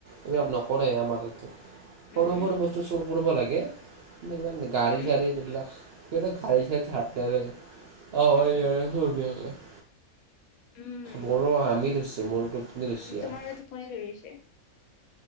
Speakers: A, on the right; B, on the left.
A: এইবিলাক নকৰে আমাৰ ইয়াতে।
B: উম
A: সৰু-সৰু বস্তু চুৰ কৰিব লাগে। ইমান গাড়ী-চাৰী
B: উম উম
A: যিবিলাক <unintelligible>
B: উম উম উম
A: মোৰো হামি ধ'চছি, মোৰ টোপনি ধ'চচি
B: উম উম তোমাৰো
A: আৰ
B: টোপনি ধৰিছে